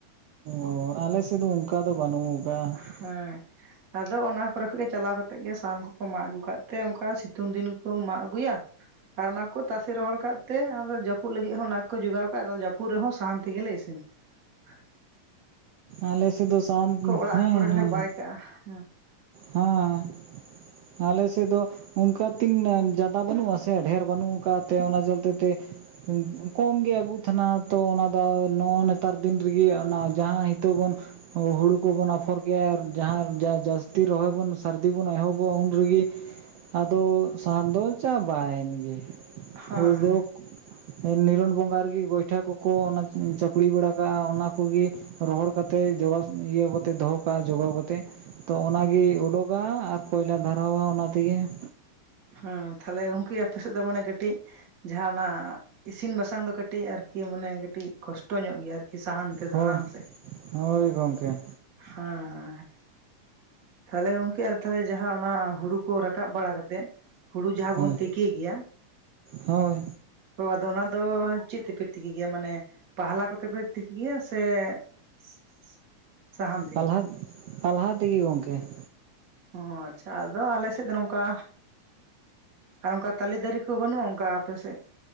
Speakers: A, on the right; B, on the right.
A: ᱚᱸ ᱟᱞᱮ ᱥᱮᱫ ᱫᱚ ᱚᱱᱠᱟ ᱫᱚ ᱵᱟᱹᱱᱩᱜ ᱟᱠᱟᱜ-ᱟ ᱾
B: ᱦᱮᱸ ᱾ ᱟᱫᱚ ᱚᱱᱟ ᱠᱚᱨᱮ ᱠᱷᱚᱱ ᱜᱮ ᱪᱟᱞᱟᱣ ᱠᱟᱛᱮᱫ ᱜᱮ ᱥᱟᱦᱟᱱ ᱠᱚᱠᱚ ᱢᱟᱜ ᱟᱹᱜᱩ ᱠᱟᱜ ᱛᱮ ᱚᱱᱠᱟ ᱥᱤᱛᱩᱝ ᱫᱤᱱ ᱠᱚ ᱢᱟᱜ ᱟᱹᱜᱩᱭᱟ ᱾ ᱟᱨ ᱚᱱᱟ ᱠᱚ ᱛᱟᱥᱮ ᱨᱚᱦᱚᱲ ᱠᱟᱜ ᱛᱮ ᱟᱫᱚ ᱡᱟᱹᱯᱩᱜ ᱞᱟᱹᱜᱤᱫ ᱦᱚᱸ ᱚᱱᱟ ᱠᱚ ᱡᱚᱜᱟᱣ ᱠᱟᱜ-ᱟ ᱟᱫᱚ ᱡᱟᱹᱯᱩᱜ ᱨᱮᱦᱚᱸ ᱥᱟᱦᱟᱱ ᱛᱮᱜᱮ ᱞᱮ ᱤᱥᱤᱱ ᱤᱥᱱᱟ ᱾
A: ᱟᱞᱮ ᱥᱮᱫ ᱫᱚ ᱥᱟᱦᱟᱱ
B: ᱚᱲᱟᱜ
A: ᱦᱮᱸ
B: ᱨᱮ ᱠᱚᱨᱮ ᱜᱮᱞᱮ
A: ᱦᱮᱸ
B: ᱵᱟᱭ ᱠᱟᱜ-ᱟ ᱦᱮᱸ ᱾
A: ᱦᱮᱸ, ᱟᱞᱮ ᱥᱮᱫ ᱫᱚ ᱚᱱᱠᱟ ᱛᱤᱱ ᱡᱟᱫᱟ ᱵᱟᱹᱱᱩᱜ ᱟᱥᱮ ᱰᱷᱮᱨ ᱵᱟᱹᱱᱩᱜ ᱟᱠᱟᱫ ᱛᱮ ᱚᱱᱟ ᱪᱚᱞᱛᱮ ᱛᱮ ᱠᱚᱢ ᱜᱮ ᱟᱹᱜᱩᱜ ᱛᱟᱦᱮᱱᱟ ᱛᱚ ᱚᱱᱟ ᱫᱚ ᱱᱚ ᱱᱮᱛᱟᱨ ᱫᱤᱱ ᱨᱮᱜᱮ ᱚᱱᱟ ᱡᱟᱦᱟᱸ ᱦᱤᱛᱚᱜ ᱵᱚᱱ ᱦᱩᱲᱩ ᱠᱚᱵᱚᱱ ᱟᱯᱷᱚᱨ ᱠᱮᱭᱟ ᱟᱨ ᱡᱟᱦᱟᱸ ᱡᱟᱹᱥᱛᱤ ᱨᱚᱦᱚᱭ ᱵᱚᱱ ᱥᱟᱹᱨᱫᱤ ᱵᱚᱱ ᱮᱦᱚᱵᱚᱜ-ᱟ ᱩᱱ ᱨᱮᱜᱮ ᱟᱫᱚ ᱥᱟᱦᱟᱱ ᱫᱚ ᱪᱟᱵᱟᱭᱮᱱ ᱜᱮ,
B: ᱦᱮᱸ
A: ᱦᱩᱲ ᱫᱚᱠ ᱱᱤᱨᱚᱱ ᱵᱚᱸᱜᱟ ᱨᱮᱜᱮ ᱜᱚᱭᱴᱷᱟ ᱠᱚᱠᱚ ᱚᱱᱟ ᱪᱟᱯᱲᱤ ᱵᱟᱲᱟ ᱠᱟᱜ-ᱟ ᱚᱱᱟ ᱠᱚᱜᱮ ᱨᱚᱦᱚᱲ ᱠᱟᱛᱮ ᱡᱚᱜ ᱤᱭᱟᱹ ᱠᱟᱛᱮ ᱫᱚᱦᱚ ᱠᱟᱜ-ᱟ ᱡᱚᱜᱟᱣ ᱠᱟᱛᱮ ᱾ ᱛᱚ ᱚᱱᱟ ᱜᱮ ᱚᱰᱚᱠᱟ ᱟᱨ ᱠᱚᱭᱞᱟ ᱫᱷᱟᱨᱟᱣᱟ ᱚᱱᱟ ᱛᱮᱜᱮ ᱾
B: ᱦᱮᱸ ᱛᱟᱦᱞᱮ ᱜᱚᱝᱠᱮ ᱟᱯᱮ ᱥᱮᱫ ᱫᱚ ᱢᱟᱱᱮ ᱠᱟᱹᱴᱤᱡ ᱡᱟᱦᱟᱸ ᱚᱱᱟ ᱤᱥᱤᱱ ᱵᱟᱥᱟᱝ ᱫᱚ ᱠᱟᱹᱴᱤᱡ ᱟᱨᱠᱤ ᱢᱟᱱᱮ ᱠᱟᱹᱴᱤᱡ ᱠᱚᱥᱴᱚ ᱧᱚᱜ ᱜᱮᱭᱟ ᱟᱨᱠᱤ ᱾ ᱠᱤ ᱥᱟᱦᱟᱱ ᱛᱮᱫᱚ
A: ᱦᱳᱭ
B: ᱦᱟᱝ ᱥᱮ?
A: ᱦᱳᱭ ᱜᱚᱢᱠᱮ
B: ᱦᱮᱸ ᱦᱮᱸ ᱾ ᱛᱟᱦᱚᱞᱮ ᱜᱚᱝᱠᱮ ᱟᱫᱚ ᱛᱟᱦᱮ ᱡᱟᱦᱟᱸ ᱚᱱᱟ ᱦᱩᱲᱩ ᱠᱚ ᱨᱟᱠᱟᱵ ᱵᱟᱲᱟ ᱠᱟᱛᱮᱫ ᱦᱩᱲᱩ ᱡᱟᱦᱟᱸ ᱵᱚᱱ
A: ᱦᱳᱭ
B: ᱛᱤᱠᱤ ᱜᱮᱭᱟ
A: ᱦᱳᱭ
B: ᱛᱚ ᱟᱫᱚ ᱚᱱᱟ ᱫᱚ ᱪᱮᱫ ᱛᱮᱯᱮ ᱛᱤᱠᱤ ᱜᱮᱭᱟ ᱢᱟᱱᱮ ᱯᱟᱦᱞᱟ ᱠᱚᱛᱮ ᱯᱮ ᱛᱤᱠᱤ ᱜᱮᱭᱟ ᱥᱮ <inaudible> ᱥᱟᱦᱟᱱ ᱛᱮᱜᱮ
A: ᱯᱟᱞᱦᱟ ᱯᱟᱞᱦᱟ ᱛᱮᱜᱮ ᱜᱚᱝᱠᱮ ᱾
B: ᱚᱸ ᱟᱪᱪᱷᱟ, ᱟᱫᱚ ᱟᱞᱮ ᱥᱮᱫ ᱫᱚ ᱱᱚᱝᱠᱟ ᱟᱨ ᱚᱱᱠᱟ ᱛᱟᱞᱮ ᱫᱟᱨᱮ ᱠᱚ ᱵᱟᱹᱱᱩᱜ-ᱟ ᱚᱱᱠᱟ ᱟᱯᱮ ᱥᱮᱫ?